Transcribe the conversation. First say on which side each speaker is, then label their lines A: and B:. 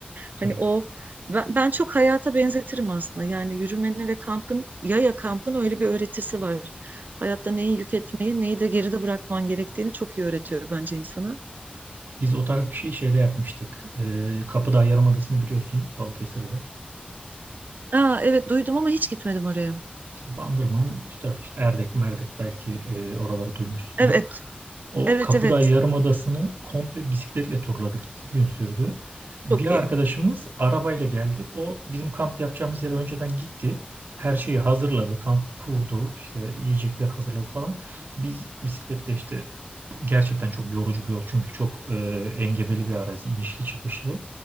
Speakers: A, on the right; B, on the right.
A: tabii.
B: Hani o ben, ben çok hayata benzetirim aslında. Yani yürümenin ve kampın yaya kampın öyle bir öğretisi var. Hayatta neyi yük etmeyi neyi de geride bırakman gerektiğini çok iyi öğretiyor bence insana.
A: Biz o tarz bir şey şeyde yapmıştık. Ee, Kapıdağ Yarımadası'nı biliyorsun Balıkesir'de.
B: Aa, evet duydum ama hiç gitmedim oraya.
A: İşte Bandırma'nın üst tarafı işte Erdek, Merdek belki e, oraları duymuşsundur.
B: Evet
A: O
B: evet
A: Kapıdağ
B: evet
A: Yarımadası'nı komple bisikletle turladık. İki gün sürdü. Bir
B: çok
A: arkadaşımız
B: iyi.
A: arabayla geldi. O bizim kamp yapacağımız yere önceden gitti. Her şeyi hazırladı. Kamp kurdu. işte yiyecekler hazırladı falan. Biz bisikletle işte bu gerçekten çok yorucu bir yol. Çünkü çok e, engebeli bir arazi. inişli çıkışlı.